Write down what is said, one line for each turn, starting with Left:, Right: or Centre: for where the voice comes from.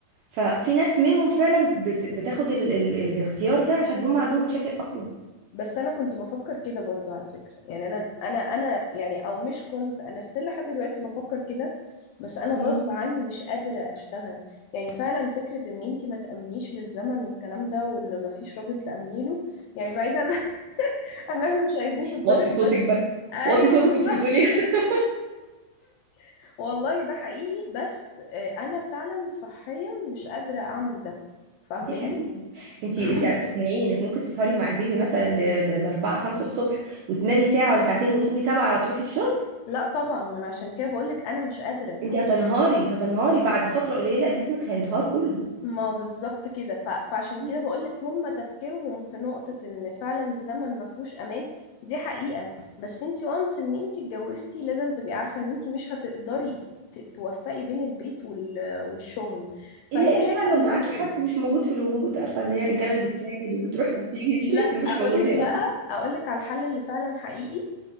Right: ففي ناس منهم فعلا بت... بتاخد ال... ال... الاختيار ده عشان هم عندهم مشاكل اصلا
Left: بس انا كنت بفكر كده برضو على فكرة يعني انا انا انا يعني او مش كنت انا استيل لحد دلوقتي بفكر كده بس انا غصب
Right: مم.
Left: عني مش قادرة اشتغل يعني فعلا فكرة ان انتي ما تأمنيش للزمن والكلام ده وان ما فيش راجل تأمني له يعني بعيدا <laughs> عن ان احنا مش عايزين نتضرب
Right: وطي صوتك
Left: بس
Right: بس
Left: ايوه
Right: وطي صوتك
Left: بالظبط
Right: كنت بتقوليها <laughs>
Left: <laughs> والله ده حقيقي بس آه، انا فعلا صحيا مش قادرة اعمل ده فاهماني
Right: دي حقيقة انت
Left: <clears throat>
Right: انت عايزة تقنعيني انك ممكن تسهري مع البيبي مثلا ل- ل- لأربعة خمسة الصبح وتنامي ساعة ولا ساعتين وتقومي سبعة تروحي الشغل
Left: لا طبعا ما انا عشان كده بقولك انا مش قادرة
Right: انت هتنهاري هتنهاري بعد فترة قليلة جسمك هينهار كله
Left: ما بالظبط كده ف... فعشان
Right: مم.
Left: كده بقولك هم تفكيرهم في نقطة ان فعلا الزمن ما فيهوش امان دي حقيقة بس انتي وانس ان انتي اتجوزتي لازم تبقي عارفة ان انتي مش هتقدري ت... توفقي بين البيت وال... والشغل فهي
Right: الا اذا بقى
Left: حاجة من
Right: لو معاكي
Left: الاتنين
Right: حد مش موجود في الوجود عارفة اللي هي الرجالة اللي بتساعد وبتروح وبتيجي دي
Left: لا اقولك
Right: <laughs> ده مش موجودين
Left: بقى
Right: اصلا
Left: اقولك على الحل اللي فعلا حقيقي